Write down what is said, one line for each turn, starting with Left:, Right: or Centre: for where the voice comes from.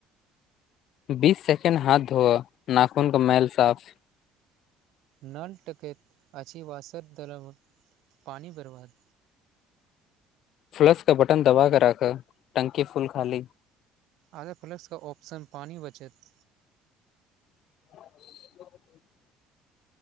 Left: बीस सेकेण्ड हाथ धोअ नाखन कऽ मेल साफ
Right: नल टकैत अछि वसर दलव पानि बरबाद।
Left: फ्लश का बटन दबा क राख टकी फूल खाली
Right: आगा फ्लेक्सके ऑप्शन पानी बचत।
Left: <unintelligible>